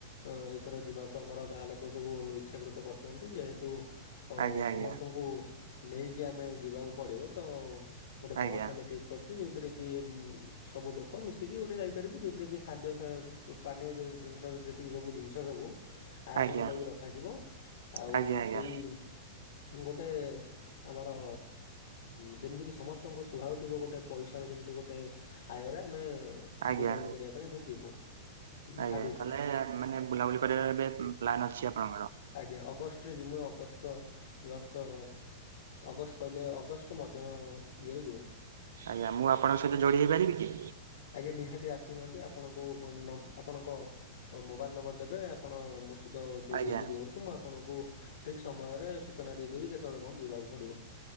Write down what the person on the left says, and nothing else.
ଅ ଏଇଥର ଯିବାକୁ ଆମର ଗାଁ ଲୋକ ସବୁ ଇଚ୍ଛାକୃତ କରୁଛନ୍ତି। ଯେହେତୁ ଅ
ସମସ୍ତଙ୍କୁ ନେଇକି ଆମେ ଯିବାକୁ ପଡିବ ତ ଗୋଟେ ବସ୍
ଆମେ ଠିକ କରିୁଛୁ ଯୋଉଥିରେ କି? ସବୁ ଲୋକ ମିଶିକି ଗୋଟେ ଯାଇପାରିବୁ ଯୋଉଥିରେ କି ଖାଦ୍ୟ ପାନୀୟ ଯୋଉ ଯନ୍ତ୍ର <unintelligible> ଯବୁ ଜିନିଷ ଯବୁ ଆୟୋଜନ
କରିକି ରଖାଯିବ, ଆଉ
ସେଇ ଗୋଟେ ଆମର ଯେମିତିକି ସମସ୍ତଙ୍କୁ ସୁହାଉଥିବ ଗୋଟେ ପଇସାରେ ଯେମିତି ଗୋଟେ ଆୟରେ ଆମେ
ବୁଲାବୁଲି କରିବା ପାଇଁ ଏଥର ଯିବୁ।
ଭାବିଛୁ
ଆଜ୍ଞା ଅଗଷ୍ଟରେ ଜିମୁ। ମୁୁ ଅଗଷ୍ଟର ଜଷ୍ଟ ଅଗଷ୍ଟ କହିଲେ ଅଗଷ୍ଟ ମଧ୍ୟ ଇଏରେ ଯିବୁ।
ଆଜ୍ଞା ନିହାତି ଆସୁନାହାନ୍ତି ଆପଣଙ୍କୁ ନ ଆପଣଙ୍କ ମୋବାଇଲ ନମ୍ବର ଦେବେ, ଆପଣ ମୋ ସହି ଯୋଡ଼ି
ହେଇକି ରୁହନ୍ତୁ। ମୁଁ ଆପଣଙ୍କୁ ଠିକ ସମୟରେ ସୂଚନା ଦେଇଦେବି କେତେବେଳେ କଣ ଯିବାକୁ ପଡିବ।